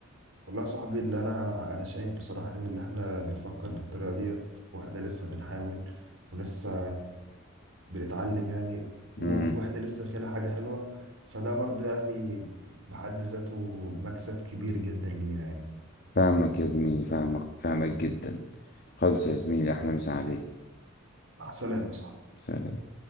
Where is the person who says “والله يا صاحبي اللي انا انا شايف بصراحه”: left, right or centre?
Right